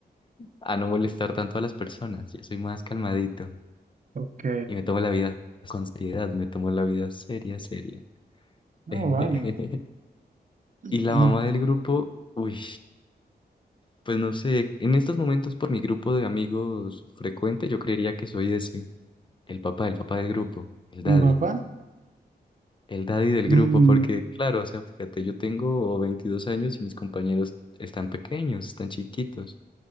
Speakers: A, on the left; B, on the right.
A: a no molestar tanto a las personas, ya soy más calmadito
B: ok.
A: y me tomo la vida con seriedad, me tomo la vida seria, seria.
B: No,
A: <laughs>
B: vale. <clears throat>
A: Y la mamá del grupo, uy, pues no sé, en estos momentos por mi grupo de amigos frecuente, yo creería que soy ese, el papá, el papá del grupo, el daddy,
B: El papá,
A: el daddy del
B: mm,
A: grupo, porque claro, o sea, fíjate, yo tengo 22 años y mis compañeros están pequeños, están chiquitos,